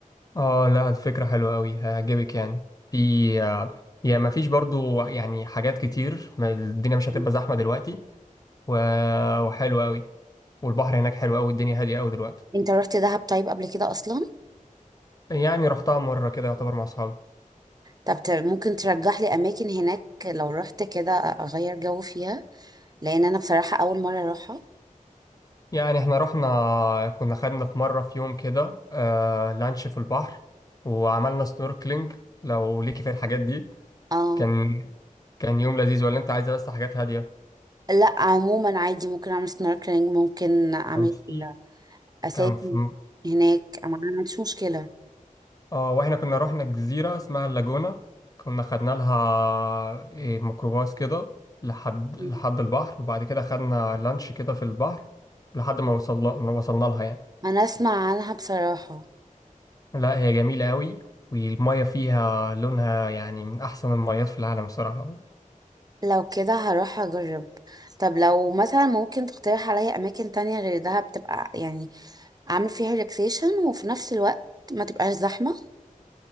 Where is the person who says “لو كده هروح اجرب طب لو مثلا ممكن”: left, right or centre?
Right